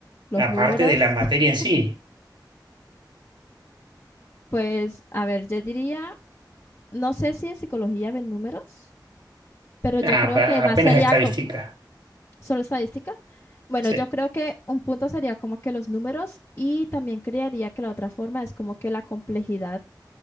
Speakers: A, on the left (about 35°); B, on the right (about 80°).
A: Los
B: Aparte
A: números.
B: de la materia
A: <laughs>
B: en sí,
A: Pues, a ver, yo diría, no sé si en psicología ven números, pero yo
B: Ah,
A: creo
B: pa-
A: que más
B: apenas
A: sería
B: estadística.
A: como solo estadística. Bueno,
B: Sí,
A: yo creo que un punto sería como que los números y también creería que la otra forma es como que la complejidad